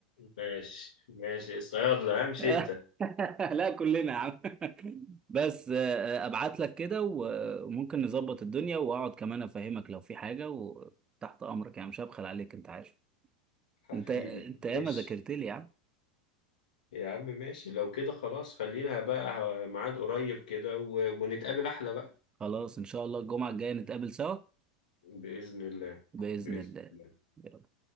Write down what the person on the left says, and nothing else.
ماشي ماشي الصيادلة امشي
انت
حبيبي
ماشي
يا عم ماشي لو كده خلاص خلينا بقى ميعاد قريب كده و... ونتقابل احلى بقى
بإذن الله
بإذن
الله